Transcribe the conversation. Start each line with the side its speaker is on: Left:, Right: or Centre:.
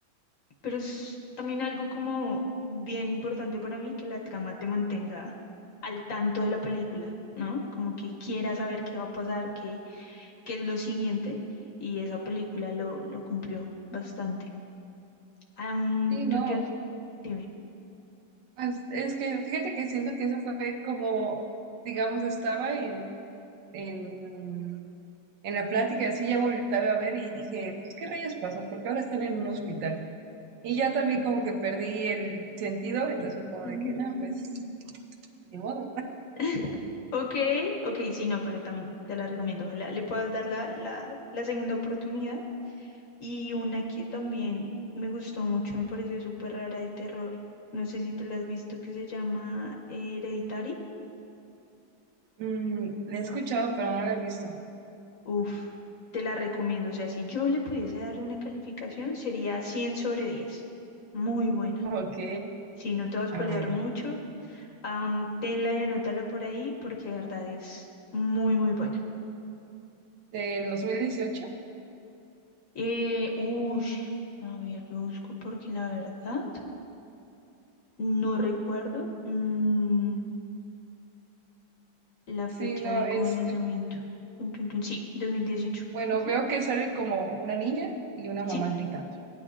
Left: pero es también algo como bien importante para mí que la trama te mantenga al tanto de la película, ¿no? Como que quieras saber qué va a pasar, qué, qué es lo siguiente, y esa película lo, lo cumplió bastante. Am,
Right: Sí,
Left: tú
Right: no,
Left: te has... Dime.
Right: es, es que fíjate que siento que eso fue como, digamos, estaba en, en, en la plática, así ya volteaba a ver y dije, pues, ¿qué rayos pasó? Porque ahora están en un hospital. Y ya también como que perdí el sentido, entonces fue como
Left: Mm.
Right: de que, no, pues, ni modo.
Left: <laughs> Ok, ok, sí, no, pero también te la recomiendo. Ojalá le puedas dar la, la, la segunda oportunidad. Y una que también me gustó mucho, me pareció súper rara de terror. No sé si te la has visto, que se llama eh, Hereditary.
Right: Mm, le he escuchado, pero no la he visto.
Left: Uf, te la recomiendo. O sea, si yo le pudiese dar una calificación, sería 100 sobre 10. Muy buena.
Right: Ok,
Left: Si no te vas a spoilear
Right: a ver.
Left: mucho, am, tenla y anótala por ahí, porque de verdad es muy, muy buena.
Right: ¿Del 2018?
Left: Eh, uy, a ver, yo busco porque la verdad no recuerdo. Mm, la
Right: Sí,
Left: fecha
Right: no,
Left: de
Right: es...
Left: como el lanzamiento. Tun, tun, tun. Sí, 2018.
Right: Bueno,
Left: Ujú,
Right: veo que sale como una niña y una mamá
Left: Sí.
Right: gritando.